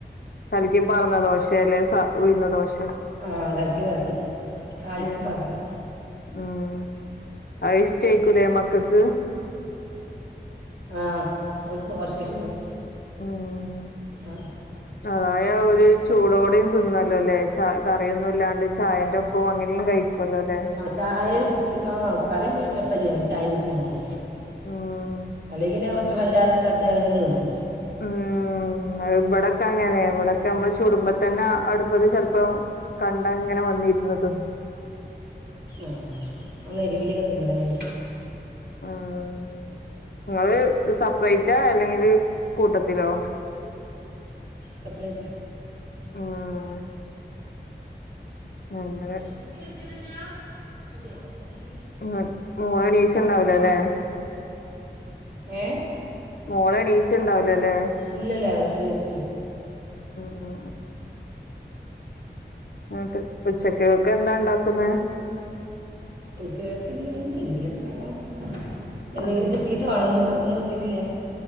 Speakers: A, on the left; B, on the right.
A: കലിക്കി പാർന്ന ദോശേല് സ ഉയ്ന്ന് ദോശേ
B: ആ കല്ക്കി പറഞ്ഞു കല്ക്കി
A: ഏഹ്
B: പറഞ്ഞു
A: ഉം അത് ഇഷ്ട്ട ആയിക്കൂലേ മക്കക്ക്
B: ആഹ് ഓക്ക് ദോശ ഇഷ്ടം
A: ഉം
B: ആഹ്
A: അതായ ഒരു ചൂടോടെയും തിന്നല്ലോ ല്ലേ ച കറിയൊന്നും ഇല്ലാണ്ട് ചായന്റെ ഒപ്പവും അങ്ങനെയും കഴിക്കുവല്ലോ ല്ലേ
B: ചായലേ കുത്തി ആ കറിഇല്ലേലും കൊയ്യപ്പഇല്ലാഞ്ഞു ചായ കുത്തിതിന്നോള്ളും
A: ഉം
B: അല്ലെങ്കില് കൊർച്ച് പഞ്ചാരട്ടാട്ട് അങ്ങനെ തിന്നു
A: ഉം അത് ഇവടൊക്കെ അങ്ങനെ ഇവടക്കമ്മ ള് ചുടുമ്പതന്നെ അടുപ്പത് ചെലപ്പോ കണ്ട് അങ്ങനെ വന്നിരുന്നു തിന്നു
B: ആഹ് നല്ല എരുവിലങ്ങ് തിന്നാലേ
A: ആഹ് നിങ്ങള് സെപ്പറേറ്റാ അല്ലെങ്കില് കൂട്ടത്തിലോ
B: സപ്രയിറ്റാ
A: ഉം അങ്ങനെ
B: <unintelligible> <inaudible>
A: ഉ് മോള് എണീച് ണ്ടാവുല്ലല്ലേ
B: ഏ
A: മോള് എണീച് ണ്ടാവുല്ലല്ലേ
B: ഇല്ലല്ല അത് നീചിട്ട്
A: ഉം ഉമ് എന്നട്ട് ഉച്ചക്കെക്ക് എന്താ ണ്ടാക്കുന്നേ
B: ഉച്ചേക്ക ഇന്ന് എന്തെങ്കിലൊക്കെ ഉണ്ടാക്കണം എന്തെങ്കിലും
A: ഉം
B: കിട്ടീയിട്ട് വേണം ഇന്ന് ഒന്നും ട്ട് ട്ടി ല്ല്യ